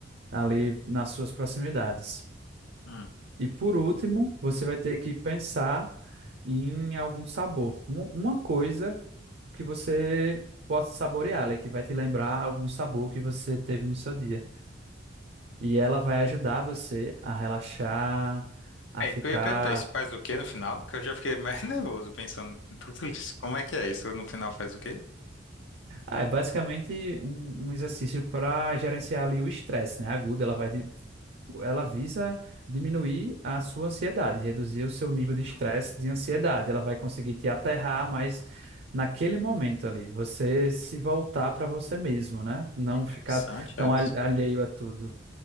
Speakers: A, on the right (about 60°); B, on the left (about 85°).
A: ali nas suas proximidades.
B: Hum.
A: E por último, você vai ter que pensar em algum sabor. Um- uma coisa que você possa saborear, ali, que vai te lembrar algum sabor que você teve no seu dia. E ela vai ajudar você a relaxar, a
B: É,
A: ficar.
B: isso que eu ia perguntar, isso faz o quê no final? Que eu já fiquei mais <laughs> nervoso pensando em tudo isso. Como é que é isso? No final faz o quê?
A: Ah, é basicamente um, um exercício para gerenciar ali o estresse, né? Agudo, ela vai de- ela visa diminuir a sua ansiedade, reduzir o seu nível de
B: Hum,
A: estresse, de ansiedade. Ela vai conseguir te aterrar, mas naquele momento ali, você se voltar para você mesmo, né? Não
B: interessante
A: ficar tão
B: essa.
A: al- alheio a tudo,